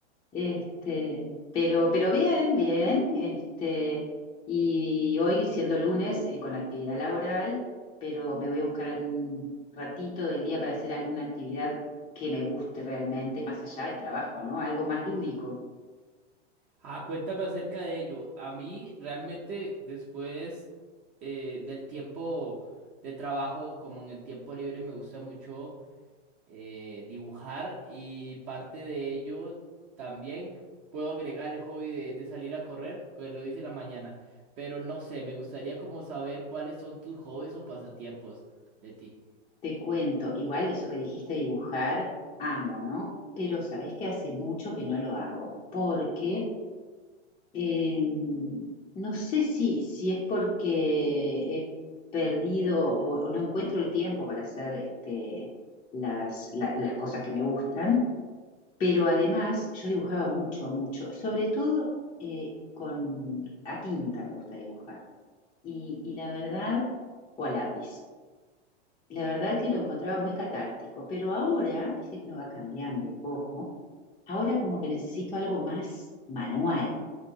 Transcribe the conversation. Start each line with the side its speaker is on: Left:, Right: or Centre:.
Left: Este, pero, pero bien, bien, este, y hoy siendo lunes eh, con actividad laboral, pero me voy a buscar algún ratito del día para hacer alguna actividad que me guste realmente, más allá del trabajo, ¿no? Algo más lúdico.
Right: Ah, cuéntame acerca de ello. A mí realmente después eh, del tiempo de trabajo, como en el tiempo libre, me gusta mucho. eh, dibujar y parte de ello también puedo agregar el hobby de, de salir a correr, que lo hice en la mañana. Pero no sé, me gustaría como saber cuáles son tus hobbies o pasatiempos, Leti.
Left: Te cuento, igual eso que dijiste de dibujar, amo, ¿no? Pero sabes que hace mucho que no lo hago, porque Eh, no sé si, si es porque he perdido o, o no encuentro el tiempo para hacer este, las, la- las cosas que me gustan, pero además yo dibujaba mucho, mucho, sobre todo eh, con a tinta me gusta dibujar y, y la verdad, o a lápiz. La verdad que lo encontraba muy catártico, pero ahora, dice que no va cambiando un poco, ahora como que necesito algo más manual